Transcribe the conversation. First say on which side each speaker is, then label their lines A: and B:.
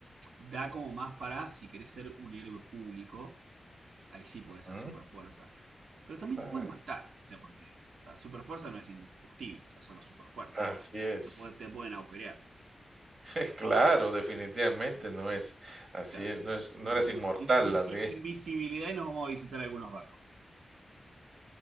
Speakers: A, on the right; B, on the right.
A: da como más para si querés ser un héroe público, ahí sí puede ser
B: Ujú,
A: super fuerza. Pero también
B: claro,
A: te pueden matar, o sea, porque la super fuerza no es indestructible, o sea, solo super fuerza,
B: así
A: así que
B: es.
A: te, puede- te pueden agujerear.
B: <laughs> Claro, definitivamente no es así
A: Claro.
B: es, no es
A: No,
B: no eres
A: no.
B: inmortal,
A: Invisi-
B: así
A: invisibilidad
B: es.
A: y nos vamos a visitar algunos bancos.